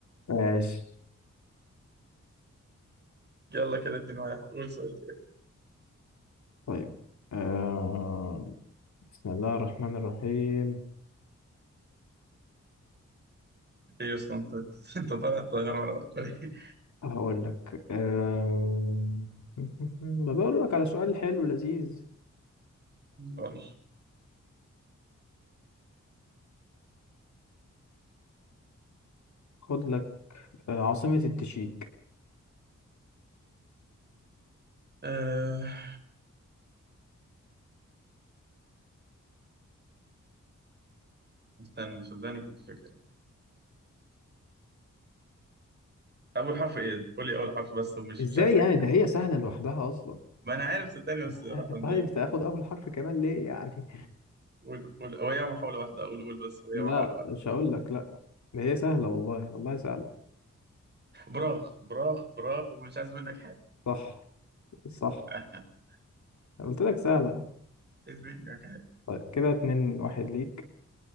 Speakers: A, on the left; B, on the right.
A: ماشي
B: يلا كده 2 1 قول سؤال تاني
A: طيب آه... بسم الله الرحمن الرحيم
B: ايه يا اسطى انت <laughs> انت أنت طالع الطيران ولا ايه
A: هقول لك آه... <laughs> بدور لك على سؤال حلو لذيذ
B: خالص
A: خد لك آه، عاصمة التشيك
B: أه... استنى صدقني كنت فاكر اول حرف ايه قول لي اول حرف بس ومش
A: ازاي
B: مش عايز
A: يعني
B: حاجة
A: ده
B: تانية
A: هي سهلة لوحدها أصلا
B: ما انا عارف صدقني
A: <laughs>
B: بس راح من
A: طيب تاخد أول حرف كمان ليه يعني
B: قول قول هو هي محاولة واحدة قول قول بس هو هي
A: لا
B: محاولة
A: مش هقول لك لا ده هي سهلة والله والله سهلة
B: براغ براغ براغ ومش عايز منك حاجة
A: صح صح
B: <laughs>
A: أنا قلت لك سهلة
B: عايز منك حاجة
A: طيب كده اتنين واحد ليك